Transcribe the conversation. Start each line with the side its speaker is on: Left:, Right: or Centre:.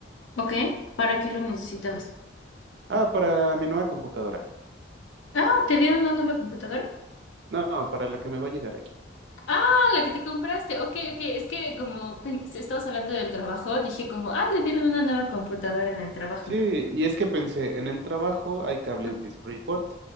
Left: Ok, ¿para qué lo necesitabas?
Right: Ah, para mi nueva computadora.
Left: Ah, ¿te dieron una nueva computadora?
Right: No, para la que me va a llegar aquí.
Left: Ah, la que te compraste. Ok, ok. Es que como pen- si estabas hablando del trabajo, dije como, ah, le dieron una nueva computadora en el trabajo.
Right: Sí, y es que pensé, en el trabajo hay cables
Left: Ujú.
Right: DisplayPort,